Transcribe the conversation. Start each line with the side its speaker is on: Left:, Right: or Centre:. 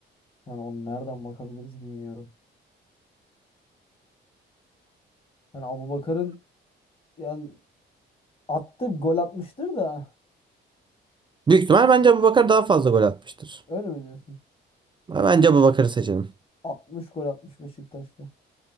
Left: Yani onu nereden bakabiliriz bilmiyorum. Yani Abubakar'ın Yani attı gol atmıştır da
Right: Büyük ihtimal bence Abubakar daha fazla gol atmıştır.
Left: öyle mi diyorsun?
Right: Ama Bence Abubakar'ı seçelim.
Left: 60 gol atmış Beşiktaş'ta.